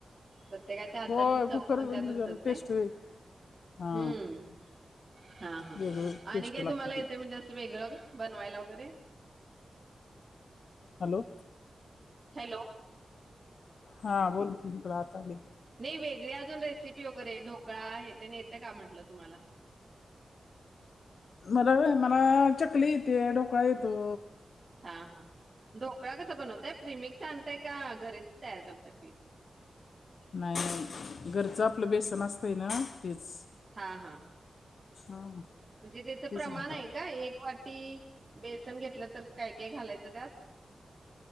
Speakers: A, on the right; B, on the left.
A: प्रत्येकाच्या हाताची
B: होय
A: चव
B: कुकर
A: पण
B: मधली
A: त्यात उतरते.
B: जरा टेस्ट वेग हा
A: हम्म, हा हा
B: वेगळी
A: आणि
B: टेस्ट
A: कायं
B: लागते
A: तुम्हाला येतंय
B: ती
A: म्हणजे असं वेगळं, बनवायला वगैरे?
B: हॅलो.
A: हॅलो.
B: हा बोल कि, इकडं आता आलेय.
A: नाही वेगळी अजून रेसिपी वगैरे ढोकळा हे तेन येते का म्हटलं तुम्हाला.?
B: मला व्हंय, मला चकली येते ढोकळा येतो.
A: हा हा, ढोकळा कसा बनवतांय? प्रिमिक्स आणतांय का घरीच तयार करताय पीठ.?
B: नाही नाही, घरचं आपलं बेसन असतंय ना,, तेच
A: हा हा.
B: हा.
A: म्हणजे त्याचं
B: तेच
A: प्रमाण
B: घेते
A: आहे काय? एक वाटी बेसन घेतलं तर काय काय घालायचं त्यात.?